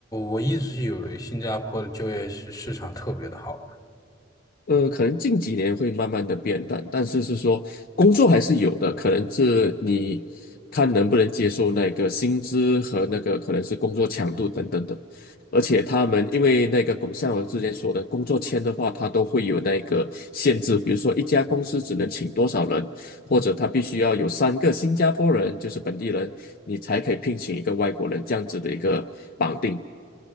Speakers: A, on the left; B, on the left.
A: 我一直以为新加坡的就业市市场特别的好。
B: 呃，可能近几年会慢慢的变淡，但是是说工作还是有的，可能是你看能不能接受那个薪资和那个可能是工作强度等等的，而且他们因为那个工像我之前说的工作签的话，它都会有那个限制，比如说一家公司只能请多少人，或者他必须要有三个新加坡人，就是本地人，你才可以聘请一个外国人这样子的一个绑定。